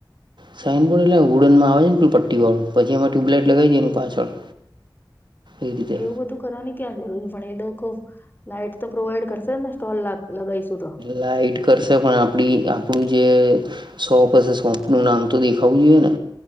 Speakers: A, on the right (about 70°); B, on the left (about 25°).
A: સાઈનબોર્ડ એટલે હુડનમાં આવે ને પલ પટ્ટી વાળું પછી એમાં ટુબલાઈટ લગાવીઈાય એની પાછળ. એ રીતે
B: એવું બધું કરવાની ક્યાં જરૂર છે પણ એ લોકો લાઈટ તો પ્રોવાઈડ કરશે ને સ્ટોલ લગા લગાઇશુ. શૂડ <unintelligible>
A: લાઇટ કરશે પણ આપડી આપણું જે. શોપ હશે શોપ નું નામ તો દેખાવું જોઈએ ને